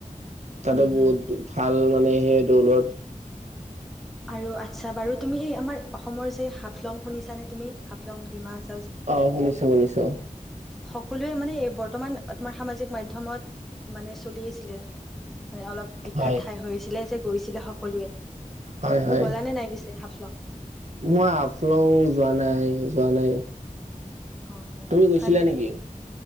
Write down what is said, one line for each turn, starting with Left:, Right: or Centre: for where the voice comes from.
Right: তাতে
Centre: হম হম।
Right: বহুত ভাল মানে, সেই দৌলৰ
Centre: আৰু আচ্ছা বাৰু তুমি এই আমাৰ অসমৰ যে হাফলং শুনিছা নে তুমি হাফলং ডিমাহা-
Right: অ' শুনিছো শুনিছো।
Centre: সকলোৱে মানে এই বৰ্তমান তোমাৰ সামাজিক মাধ্যমত, মানে চলি আছিলে। হয় অলপ বিখ্যাত
Right: হয়
Centre: ঠাই হৈছিলে যে গৈছিল লে সকলোৱে।
Right: হয়
Centre: তুমি
Right: হয়,
Centre: গ'লানে নাই পিছে হাফলং?
Right: মই হাফলং যোৱা নাই। নাই, যোৱা নাই।
Centre: অ'
Right: তুমি গৈছিলা
Centre: ভালে
Right: নেকি